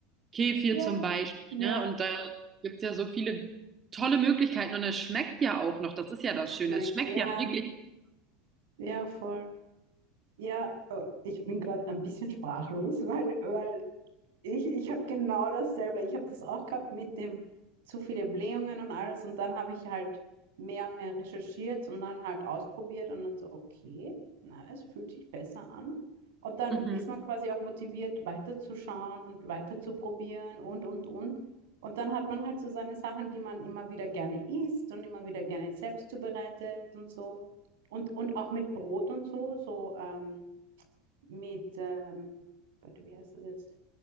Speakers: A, on the right; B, on the right.
A: Kefir
B: ja,
A: zum Beispiel.
B: Ja.
A: Ne? Und da gibt es ja so viele tolle Möglichkeiten und es schmeckt ja auch noch. Das ist ja
B: Es
A: das Schöne.
B: schmeckt.
A: Es schmeckt
B: Ja.
A: ja wirklich.
B: Ja, voll. Ja. Oh, ich bin gerade ein bisschen sprachlos, weil, weil Ich, ich habe genau dasselbe. Ich habe das auch gehabt mit dem zu viele Blähungen und alles. Und dann habe ich halt mehr und mehr recherchiert und dann halt ausprobiert und dann so, okay, na, es fühlt sich besser an. Und dann
A: Mhm.
B: ist man quasi auch motiviert, weiterzuschauen und weiterzuprobieren und, und, und. Und dann hat man halt so seine Sachen, die man immer wieder gerne isst und immer wieder gerne selbst zubereitet und so. Und, und auch mit Brot und so, so ähm, mit, ähm, Gott, wie heißt das jetzt?